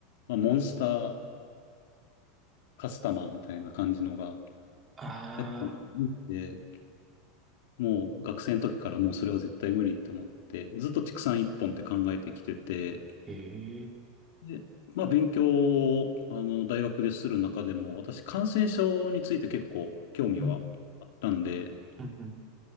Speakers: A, on the left; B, on the right.
A: まあモンスターカスタマーみたいな感じのが、
B: ああ、
A: やっぱりで、もう学生の時からもうそれは絶対無理って思って、ずっと畜産一本って考えてきてて、
B: ええ
A: で、まあ、勉強を、あの、大学でする中でも、私、感染症について結構興味はあったんで、
B: うん。うん。うん。